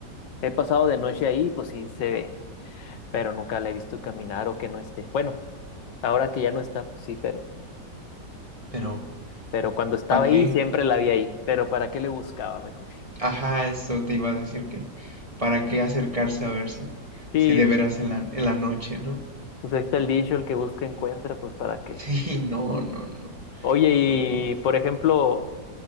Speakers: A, on the left; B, on the right.
A: He pasado de noche ahí, pues sí se ve. pero nunca la he visto caminar o que no esté. Bueno, ahora que ya no está, pues sí, pero,
B: pero
A: pero cuando estaba
B: ¿para qué?
A: ahí siempre la vi ahí, pero ¿para qué le buscaba mejor?
B: Ajá, eso te iba a decir que, ¿para qué acercarse a ver si,
A: Sí,
B: si de veras en la, en la noche, ¿no?
A: pues ahí está el dicho, el que busca encuentra, pues ¿para qué?
B: Sí, no, no, no,
A: Oye, y
B: no.
A: por ejemplo,